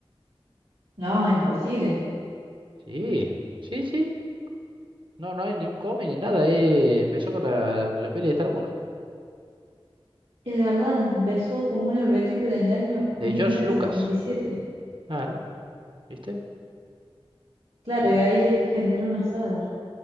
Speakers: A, on the right; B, on the right.
A: No, imposible.
B: Sí, sí, sí. No, no hay ni un cómic ni nada. eh, Empezó con la, la la peli de Star Wars,
A: Es verdad, empezó como una película en el año 1977.
B: de George Lucas. Claro, ¿viste?
A: Claro, y ahí ya que generó una saga.